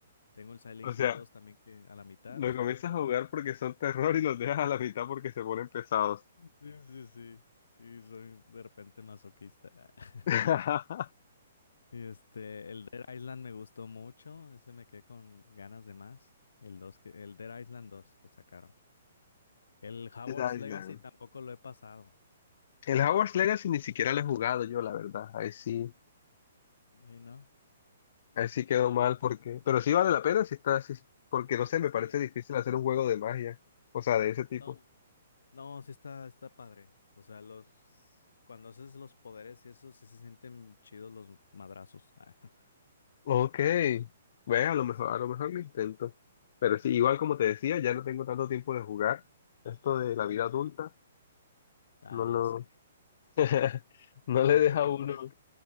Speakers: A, on the left; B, on the left.
A: Tengo el Silent
B: O sea,
A: Hill 2 también que a la mitad.
B: los
A: <laughs>
B: comienzas a jugar porque son terror y los dejas a la mitad porque se ponen pesados.
A: Sí, sí, sí. Sí, soy de repente masoquista. <laughs>
B: <laughs>
A: Y este, el Dead Island me gustó mucho. Ese me quedé con ganas de más. El dos que, el Dead Island 2 que sacaron. El Howard's
B: Dead Island.
A: Legacy tampoco lo he pasado.
B: El Hogwarts Legacy ni siquiera lo he jugado yo, la verdad. Ahí sí,
A: Sí, ¿no?
B: ahí sí quedó
A: ¿Cuál?
B: mal porque, pero sí vale la pena si está así, porque no sé, me
A: Sí.
B: parece difícil hacer un juego de magia, o sea, de ese tipo.
A: No, no, sí está, está padre. O sea, los cuando haces los poderes y eso, sí se sienten chidos los madrazos. <laughs>
B: Ok, ve, a lo mejor,
A: Ah, sí.
B: a lo mejor lo intento. Pero sí, igual como te decía, ya no tengo tanto tiempo de jugar. Esto de la vida adulta,
A: Ah,
B: no
A: ya
B: lo,
A: sé.
B: <laughs> no le
A: O,
B: deja
A: o que
B: a uno
A: jue-